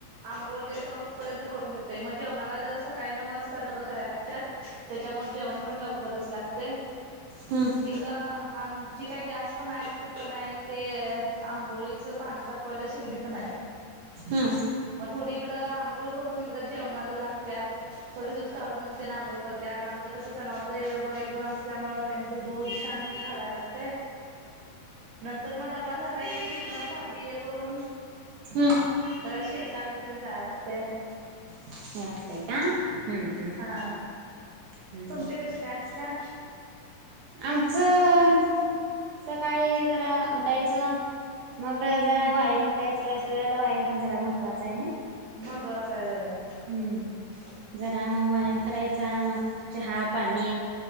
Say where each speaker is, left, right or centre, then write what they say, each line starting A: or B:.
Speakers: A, on the right; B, on the right.
A: अंगोळ ते न करे पर्यंत करून घेतोय, मग जेवणाला आल्यावर सकाळी नऊ वाजता डबं करायल लागत्यात. त्याच्यामुळे जेवण पण लवकरच लागतय.
B: हम्म
A: इकड आमची काय गॅस पण आहे, चूल पण आहे आणि ते आंघोळी च पाणी तपवायला शेगडी पण आहे.
B: हम्म
A: मग थोडी इकडं आंघूळ करून, इकडं जेवणाला लागत्यात, थोडी दूध काढून त्यानं अंघोळ करत्यात, आमच कसं जनावर ते दोन एक दोन असल्यामुळे त्याचं तर दूध शान काढायला लागते. नंतर म डब्बा झाला की, धून, भांडी हे करून
B: हम्म
A: परत शेताकडे ते जाय लागतय.
B: जाय लागते का? हम्म हम्म.
A: हा
B: हम्म
A: तुमची कशी काय असतेया?
B: आमचं, सकाळी जरा उठायचं मग जरा
A: हम्म
B: व्यायाम करायचा, शरीराला व्यायाम पण जरा महत्त्वाचा आहे नी.
A: महत्त्वाचं आहे व्हय
B: हम्म, जरा मग व्यायाम करायचा मग चहा, पाणी